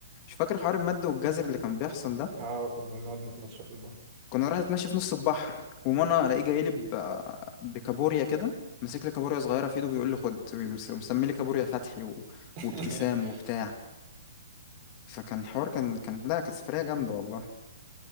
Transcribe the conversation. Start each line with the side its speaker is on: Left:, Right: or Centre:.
Left: مش فاكر حوار المادة والجزر اللي كان بيحصل ده
Right: اه كنا بنقعد نتمشى في البحر
Left: كنا رايح اتمشى في نص البحر ومانا الاقيه جاي لي ب... بكابوريا كده ماسك لي كابوريا صغيره في ايده بيقول لي خد ومس- ومسمي لي كابوريا فتحي و...
Right: <laughs>
Left: وابتسام وبتاع فكان حوار كان كان لا كانت سفريه جامده والله